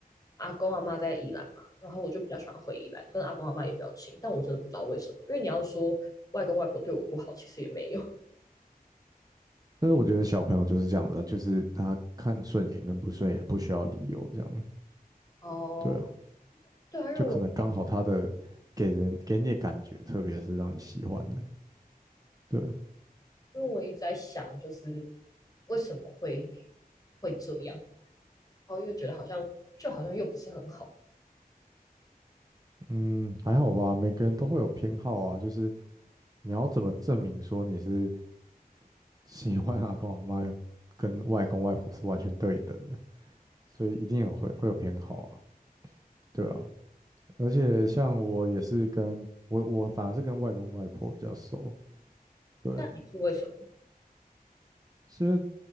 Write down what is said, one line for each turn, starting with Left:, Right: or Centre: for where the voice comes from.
Left: 阿公阿妈在宜兰嘛，然后我就比较喜欢回宜兰，跟阿公阿妈也比较亲。但我真的不知道为什么，因为你要说外公外婆对我不好，其实也没有。
Right: 但是我觉得小朋友就是这样的，就是他看顺眼跟不顺眼不需要理由，这样
Left: <laughs> 哦，
Right: 对啊，
Left: 呃对啊，因为我
Right: 就可能刚好他的给人给你的感觉，特别是让你喜欢的，对，
Left: 因为我一直在想，就是为什么会会这样，然后又觉得好像就好像又不是很好。
Right: 嗯，还好吧，每个人都会有偏好啊，就是你要怎么证明说你是 <laughs> 喜欢阿公阿妈跟外公外婆是完全对等的，所以一定有会会有偏好啊，对啊，而且像我也是跟我我反而是跟外公外婆比较熟，对。
Left: 那你是为什么？
Right: 是